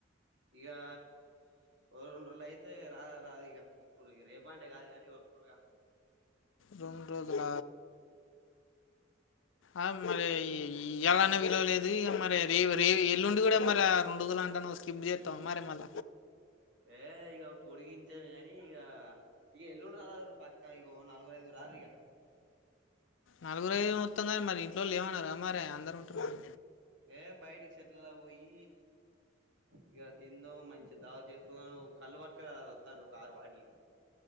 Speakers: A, on the right; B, on the left.
A: ఇగా ఒక రెండు రోజులు అయితే రా రాదు ఇక ఇప్పుడు రేపు అంటే కాదు కానీ రరా
B: రెండు రోజుల అ మరి ఎలానే విలువలేదుక మరి రేవ ఎల్లుండి కూడా మరి ఆ రెండు రోజుల అంటాను్ స్కిప్ చేస్తాం మరి మళ్ళ
A: ఏ ఇక పొడిగించాను కాగానీ ఇక ఇక ఎల్లుండ రాదా పక్కా ఇక నలుగురు ఐదు రండి యః
B: నలుగు ఐదుగురు వ త్తం కానీ మరి ఇంట్లో వాళ్ళు లేమన్నారు మరి అందరు ఉంటున్నారు
A: ఏ బయటికి చెట్లలా పోయి ఇక తింద మంచి దావా చేసుకున్నాను కల్లుఅ పట్టుకర ఒక ఆరు బాటిళ్లు